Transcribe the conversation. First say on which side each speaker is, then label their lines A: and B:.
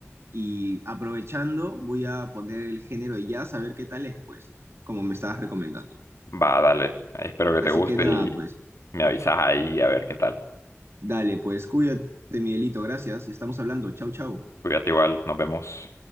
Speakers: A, on the right; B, on the left.
A: y aprovechando voy a poner el género de jazz a ver qué tal es, pues, ¿no? Como me estabas recomendando.
B: Va, dale. Espero que
A: Así
B: te guste
A: que nada,
B: y
A: pues
B: me avisas ahí a ver qué tal.
A: dale, pues cuídate, Miguelito, gracias y estamos hablando. Chau, chau.
B: Cuídate igual, nos vemos.